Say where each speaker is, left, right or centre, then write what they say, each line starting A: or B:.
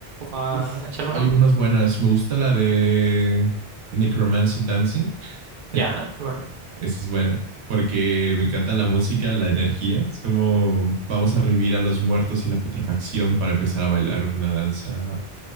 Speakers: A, on the right (about 55°); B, on the right (about 80°).
A: para
B: Uf,
A: echarle
B: Hay
A: un ojo?
B: unas buenas. Me gusta la de Necromancy Dancing.
A: Ya,
B: <laughs>
A: vale.
B: Esa es buena. Porque me encanta la música, la energía. Es como vamos a revivir a los muertos y la putrefacción para empezar a bailar una danza